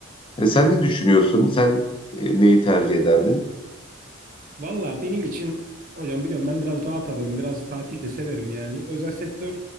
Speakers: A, on the left (about 25°); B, on the right (about 40°).
A: E, sen ne düşünüyorsun? Sen e, neyi tercih ederdin?
B: Valla benim için hocam biliyorum ben biraz rahat adamım. Biraz tatil de severim yani. Özel sektör